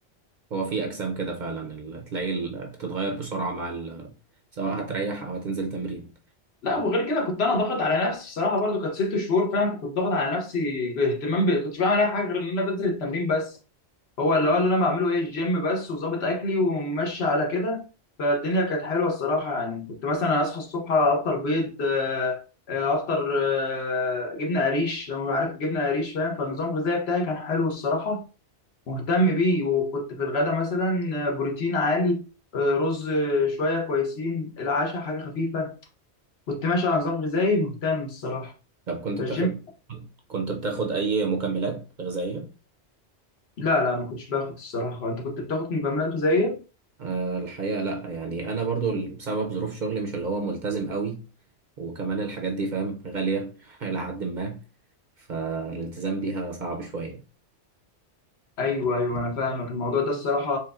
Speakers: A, on the right; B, on the left.
A: هو في اجسام كده فعلا ال- تلاقي ال- بتتغير بسرعه مع ال... سواء هتريح او هتنزل تمرين
B: لا وغير كده كنت انا ضاغط على نفسي الصراحه برضو كانت ست شهور فاهم فكنت ضاغط على نفسي اهتمام ب... كنتش بعمل اي حاجه غير ان انا بنزل التمرين بس هو اللي هو اللي انا بعمله ايه الجيم بس وظابط اكلي وماشي على كده فالدنيا كانت حلوه الصراحه يعني كنت مثلا اصحى الصبح افطر بيض آه، آه، افطر آه، جبنه قريش لو عارف الجبنه قريش فاهم فالنظام الغذائي بتاعي كان حلو الصراحه مهتم بيه وكنت في الغدا مثلا بروتين عالي آه، رز شويه كويسين العشاء حاجه خفيفه كنت ماشي على نظام غذائي مهتم الصراحه
A: طب كنت
B: فالجيم
A: بتاخد كنت بتاخد اي مكملات غذائيه
B: لا لا ما كنتش باخد الصراحه انت كنت بتاخد من بمرنته زيي
A: أه الحقيقه لا يعني انا برضو بسبب ظروف شغلي مش اللي هو ملتزم قوي وكمان الحاجات دي فاهم غاليه <laughs> الى حد ما فالالتزام بيها صعب شويه
B: ايوه ايوه انا فاهمك الموضوع ده الصراحه